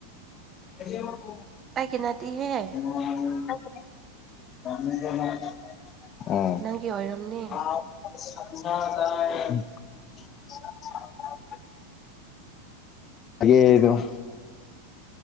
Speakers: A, on the left (about 30°); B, on the right (about 25°).
A: <unintelligible>
B: ꯑꯩ ꯀꯤꯅꯥꯇꯤꯍꯦ
A: <unintelligible> ꯑꯣ
B: ꯅꯪꯒꯤ ꯑꯣꯏꯔꯝꯅꯤ
A: <unintelligible> ꯑꯒꯦ <unintelligible>